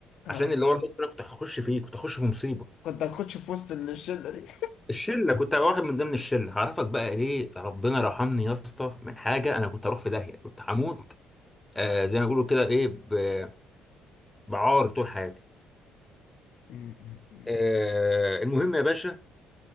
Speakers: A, on the left; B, in the centre.
A: أه
B: عشان اللي هو الموقف اللي انا كنت هخش فيه كنت هخش في مصيبه
A: كنت هتخش في وسط الشلة دي
B: الشله كنت هبقى واحد من ضمن الشله هعرفك بقى ليه ربنا رحمني يا اسطى من حاجه انا كنت هروح في داهيه كنت هموت آه زي ما بيقولوا كده ايه ب- بعار طول حياتي
A: <laughs> مم. مم.
B: آه المهم يا باشا